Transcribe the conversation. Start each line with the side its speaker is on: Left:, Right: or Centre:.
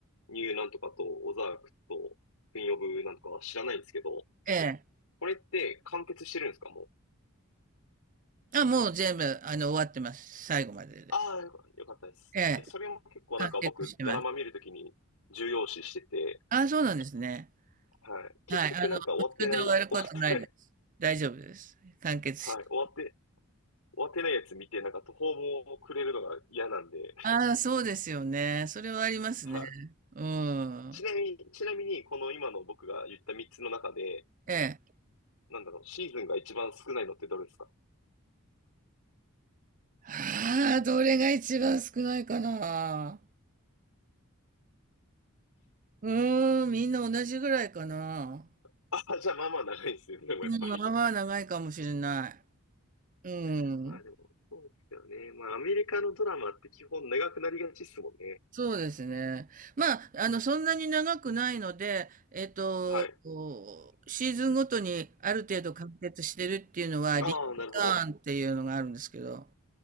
Left: ニューなんとかと、オザークと、クイーンオブなんとかは知らないんですけど、
Right: ええ。
Left: これって完結してるんですかもう。
Right: あ、もう全部、あの、終わってます。最後までで。
Left: ああ、よかよかったです。
Right: ええ、
Left: いや、それも結構なんか僕、
Right: 完結してます。
Left: ドラマ見るときに重要視してて、
Right: あ、そうなんですね。
Left: はい。結局なんか終わってない、
Right: はい。あの、途中で終わることないです。
Left: <laughs> 終わってない、
Right: 大丈夫です。完結して
Left: はい。終わって、終わってないやつ見て、なんか途方もくれるのが嫌なんで、
Right: ああ、そうですよね。それはありますね。
Left: はい。
Right: う
Left: ちなみに、
Right: ん。
Left: ちなみに、この今の僕が言った3つの中で、
Right: ええ。
Left: なんだろう、シーズンが一番少ないのってどれですか
Right: ああ、どれが一番少ないかな。うーん、みんな同じぐらいかな。
Left: <laughs> あ、じゃあまあまあ長いんですよね、でもやっぱり。
Right: うん、まあまあ長いかもしれない。うん。
Left: <laughs> まあでも、そうですよね。まあアメリカのドラマって基本長くなりがちっすもんね。
Right: そうですね。まあ、あの、そんなに長くないので、えっと、
Left: はい。
Right: こうシーズンごとにある程度完結してるっていうのは、
Left: ああ、
Right: リンカーンっていうのがあるんですけど、
Left: なるほど。